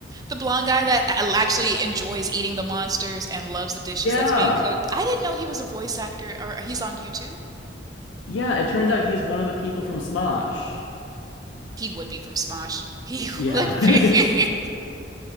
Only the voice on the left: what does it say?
Yeah.
Yeah, it turns out he's one of the people from Smosh.
Yeah. <laughs>